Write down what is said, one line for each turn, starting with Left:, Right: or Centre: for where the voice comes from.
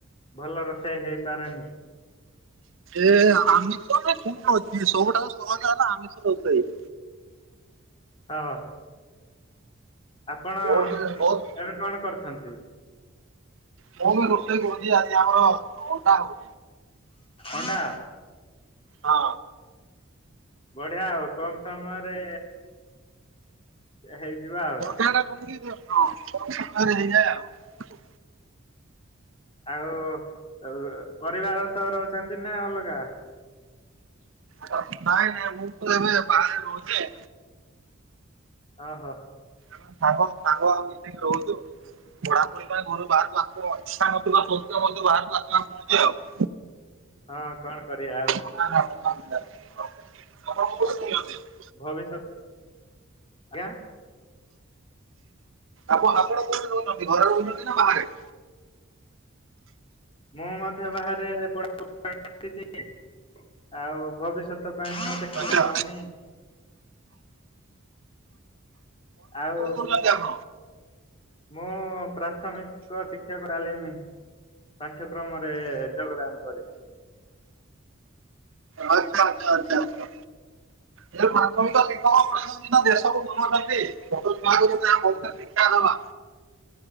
Left: ଭଲ ରୋଷେଇ ହେଇପାରେନି।
Right: ଏ ଆମିଷରେ କଣ ଅଛି ସବୁଠାରୁ ସହଜ ହେଲା ଆମିଷ ରୋଷେଇ।
Left: ହଁ। ଆପଣ
Right: ବହୁତ ବହୁତ
Left: ଏବେ କଣ କରୁଛନ୍ତି?
Right: ମୁଁ ବି ରୋଷେଇ କରୁଚି ଆଜି ଆମର ଅଣ୍ଡା ହଉ
Left: ଅଣ୍ଡା।
Right: ହଁ।
Left: ବଢ଼ିଆ ଆଉ କୁମ ସମୟରେ ହେଇଯିବ ଆଉ।
Right: ଜାଉଡ଼ା କଁ କି ଜ ହଁ କମ୍ ସମୟରେ ହେଇଯାଏ ଆଉ।
Left: ଆଉ ଅ ପରିବାର ସହ ରହୁଛନ୍ତି ନାଁ ଅଲଗା?
Right: ନାଇଁ ନାଇଁ ମୁଁ ତ ଏବେ ବାହାରେ ରହୁଚି।
Left: ଅହ।
Right: ଆମେ ସାଙ୍ଗ ସାଙ୍ଗ ଆଉ ମିଶିକି ରହୁଚୁ। ପଢାପଢ଼ି ପାଇଁ ଘରୁ ବାହାରକୁ ଆସିବ ଇଚ୍ଛା ନଥିବା ସତ୍ବେ ମଧ୍ୟ ବାହାରକୁ ଆସିବାକୁ ପଡ଼ୁଚି ଆଉ।
Left: ହଁ କଣ କରିବା ଆଉ?
Right: ଆପଣ କୋଉଥିରେ ନିଅନ୍ତି?
Left: ଭବିଷ୍ୟତ ଆଜ୍ଞା?
Right: ଆପଣ ଆପଣ କୋଉଠି ରହୁଛନ୍ତି ଘରେ ରହୁଛନ୍ତି ନା ବାହାରେ?
Left: ମୁଁ ମଧ୍ୟ ବାହାରେ ପଢ଼ା <inaudible> ଆଉ ଭବିଷ୍ୟତ ପାଇଁ ଦେଖିଲେ
Right: ଆଚା।
Left: ହଉନି ଆଉ।
Right: କରୁଛନ୍ତି ଆପଣ?
Left: ମୁଁ ପ୍ରାଥମିକ ଶିକ୍ଷକ ଆଲିମି। ପାଠ୍ୟକ୍ରମରେ ଯୋଗଦାନ କରିଛି।
Right: ଆଚ୍ଛା ଆଚ୍ଛା ଆଚଛା ଆଛା। ଏ ପ୍ର ମାଥମିକ ଶିକ୍ଷକ ପଛନ୍ତି ଦେଶକୁ ବନଉଛନ୍ତି। <inaudible> ଶିକ୍ଷା ଦବା